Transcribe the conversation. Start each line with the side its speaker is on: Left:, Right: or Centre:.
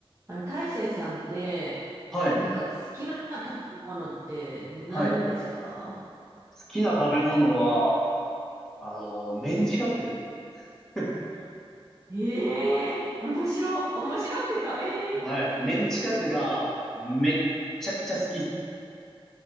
Right: あの、大成さんって、
Centre: はい。
Right: なんか好きな食べ物って何ですか
Centre: はい。好きな食べ物は、あの、メンチカツ。<laughs>
Right: ええー、面白、面白ってか、ええー、
Centre: はい。メンチカツがめっちゃくちゃ好きっす。
Right: <laughs>